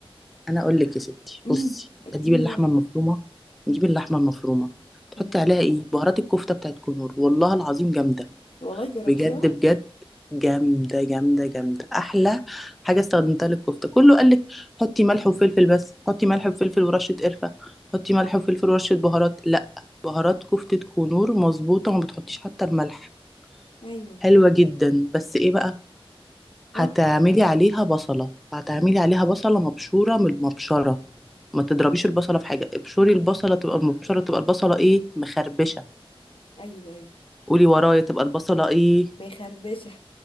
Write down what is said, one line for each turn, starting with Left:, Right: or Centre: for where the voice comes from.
Centre: انا اقول لك يا ستي
Left: امم
Centre: بصي
Left: اديني
Centre: تجيبي اللحمه
Left: يلا
Centre: المفرومه نجيب
Left: امم
Centre: اللحمه المفرومه تحطي
Left: تمام
Centre: عليها ايه بهارات الكفته بتاعت كنور والله العظيم جامده
Left: والله جربتيها
Centre: بجد بجد جامدة جامدة جامدة أحلى حاجة استخدمتها للكفتة كله قالك حطي ملح وفلفل بس حطي ملح وفلفل ورشة قرفة حطي ملح وفلفل ورشة بهارات لأ بهارات كفتة كنور مظبوطة وما بتحطيش حتى الملح
Left: ايوه
Centre: حلوة جدا بس إيه بقى
Left: ها
Centre: هتعملي عليها بصلة هتعملي عليها بصلة مبشورة من المبشرة ما تضربيش البصلة في حاجة ابشري البصلة تبقى المبشرة تبقى البصلة إيه مخربشة
Left: ايوه ايوه
Centre: قولي ورايا تبقى البصلة إيه
Left: ما يخربشه